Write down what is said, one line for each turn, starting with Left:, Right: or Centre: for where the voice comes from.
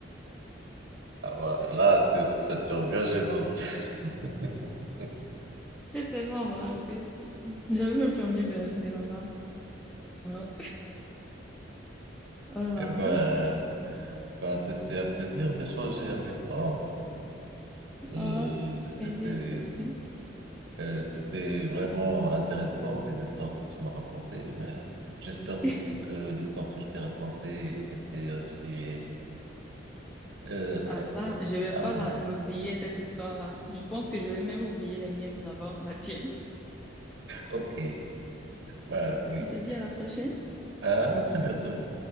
Right: Ah ouais, là, c'est une situation bien gênante. <laughs>
Centre: <laughs> J'ai tellement embarrassée. J'avais même plus envie de rester là-bas. Voilà. Oh là.
Right: Eh ben, ben, c'était un plaisir d'échanger avec toi. Euh,
Centre: Ah,
Right: c'était,
Centre: vas-y, toi aussi.
Right: euh, c'était vraiment intéressant, les histoires que tu m'as racontées, mais j'espère
Centre: <laughs>
Right: aussi que l'histoire que je t'ai racontée était aussi euh,
Centre: Ah ça, je vais
Right: amusante.
Centre: pas la- l'oublier, cette histoire-là. Je pense que je vais même oublier les miennes avant la tienne.
Right: Ok, ben, oui.
Centre: On se dit à la prochaine.
Right: Ah, À très bientôt.